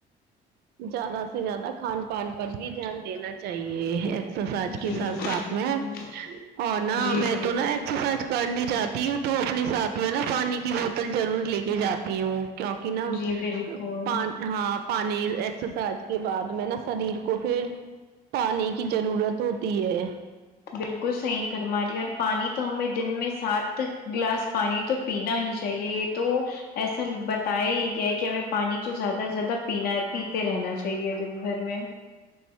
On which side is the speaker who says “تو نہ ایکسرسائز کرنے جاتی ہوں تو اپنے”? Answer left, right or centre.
Right